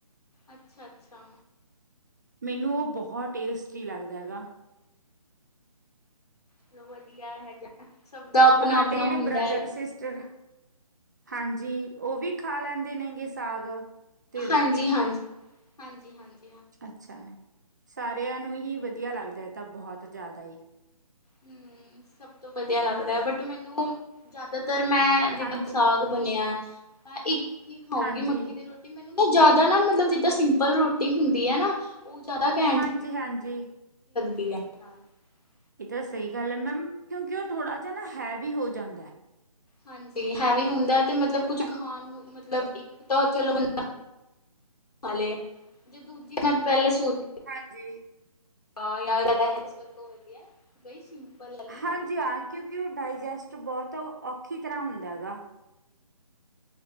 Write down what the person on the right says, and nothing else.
ਮੈਨੂੰ ਉਹ ਬਹੁਤ ਟੇਸਟੀ ਲੱਗਦਾ ਹੈਗਾ।
ਤੁਹਾਡੇ ਜਿਹੜੇ
ਬ੍ਰਦਰ
ਸਿਸਟਰ ਹਾਂਜੀ ਉਹ ਵੀ ਖਾ ਲੈਂਦੇ। ਨੇਗੇ ਸਾਗ। ਤੇ ਰੋਟੀ
ਅੱਛਾ। ਸਾਰਿਆਂ ਨੂੰ ਹੀ ਵਧੀਆ ਲੱਗਦਾ ਹੈ ਇਹ ਤਾਂ ਬਹੁਤ ਜ਼ਿਆਦਾ ਹੀ।
ਹਾਂਜੀ
ਹਾਂਜੀ
ਹਾਂਜੀ ਹਾਂਜੀ।
ਇਹ ਤਾ ਸਹੀ ਗੱਲ ਏ ਮੈਮ, ਕਿਉਂਕਿ ਉਹ ਥੋੜਾ ਜਿਹਾ ਨਾ ਹੈਵੀ ਹੋ ਜਾਂਦਾ ਹੈ।
ਹੈ-
ਹਾਂਜੀ
ਹਾਂਜੀ
ਹਾਂ,
ਕਿਉਂਕਿ ਉਹ ਡਾਇਜੇਸਟ ਬਹੁਤ ਤਾਂ ਓਹ ਔਖੀ ਤਰਾਹ ਹੁੰਦਾ ਹੈਗਾ।